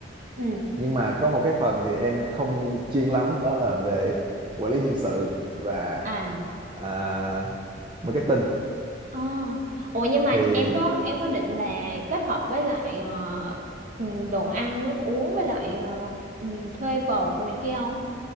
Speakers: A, on the right; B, on the right.
A: ừ
B: nhưng mà có một cái phần thì em không chuyên lắm đó là về quản lý nhân sự và
A: à
B: à, marketing
A: ờ. ủa nhưng mà
B: thì
A: em có em có định là kết hợp với lại ờ, ừm, đồ ăn nước uống với lại ờ, ừm, thuê vợt rồi này kia không